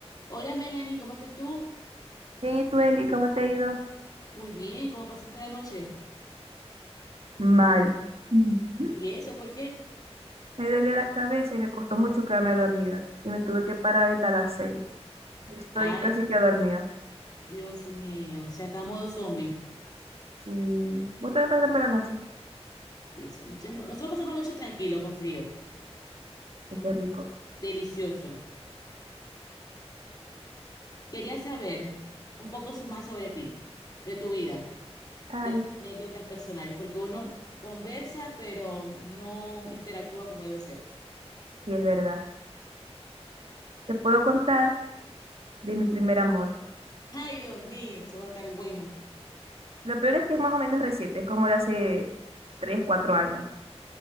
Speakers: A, on the left; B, on the right.
A: Hola Melanie, ¿cómo estás tú?
B: Bien, ¿y tú, Eli, cómo te ha ido?
A: Muy bien, ¿cómo pasaste la noche?
B: Mal. <laughs>
A: ¿Y eso por qué?
B: Me duele la cabeza y me costó mucho quedarme dormida. Y me tuve que parar ahorita a las seis. Estoy
A: Ay,
B: casi
A: Dios,
B: que dormida.
A: Dios mío, o sea, está a modo zombie.
B: Sí. ¿Vos también pasaste por la noche?
A: Dios mío. Entonces, no- Nosotros pasamos la noche tranquilo, con frío,
B: Ay, qué rico.
A: delicioso. Quería saber un poco so- más sobre ti, de tu vida,
B: Ay,
A: de tus anécdotas personales, porque uno conversa, pero no interactúa como debe ser.
B: sí, es verdad. Te puedo contar de mi primer amor.
A: Ay, Dios mío, eso va a estar bueno.
B: Lo peor es que es más o menos reciente, es como de hace 3, 4 años.